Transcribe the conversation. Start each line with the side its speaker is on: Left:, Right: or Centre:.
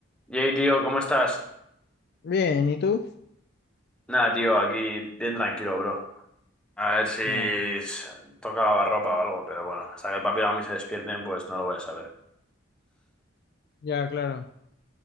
Centre: Yay, tío, ¿cómo estás?
Left: Bien, ¿y tú?
Centre: Nada, tío, aquí bien tranquilo, bro. A ver si
Left: No,
Centre: s- toca lavarropa o algo, pero bueno, hasta que el papi y la mami se despierten, pues no lo voy a saber.
Left: Ya, claro.